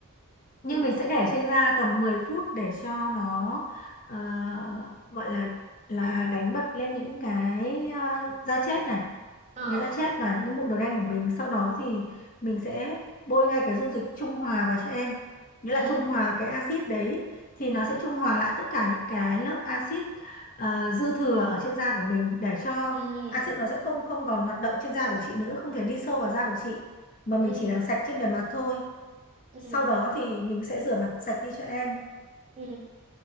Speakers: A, on the left (about 40°); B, on the right (about 30°).
A: nhưng
B: rồi.
A: mình sẽ để trên da tầm 10 phút để cho nó ờ, gọi là là đánh bật lên những cái ờ, da chết này
B: Ờ,
A: những cái da chết và những cái mụn đầu đen của mình sau đó thì mình sẽ bôi ngay cái dung dịch trung hòa vào cho em nghĩa
B: ừ,
A: là trung hòa cái axit đấy thì nó sẽ trung hòa lại tất cả những cái lớp axit ờ, dư thừa ở trên da của mình để cho
B: ừ,
A: axit nó sẽ không không còn hoạt động trên da của chị nữa không thể đi sâu vào da của chị mà mình
B: ừ,
A: chỉ làm sạch trên bề mặt thôi
B: ừ,
A: sau
B: ừ.
A: đó thì mình sẽ rửa mặt sạch đi cho em
B: ừ.